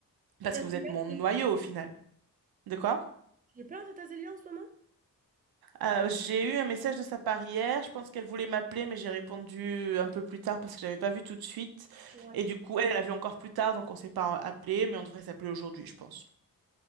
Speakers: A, on the right; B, on the right.
A: Tata
B: parce que
A: Zélia,
B: vous êtes mon noyau
A: tu es pas
B: au final. De quoi?
A: J'ai plein de Tata Zélia en ce moment?
B: Euh, j'ai eu un message de sa part hier. Je pense qu'elle voulait m'appeler, mais j'ai répondu un peu plus tard parce que j'avais pas vu tout de suite.
A: Ouais.
B: Et du coup, elle, elle a vu encore plus tard, donc on s'est pas appelé, mais on devrait s'appeler aujourd'hui, je pense.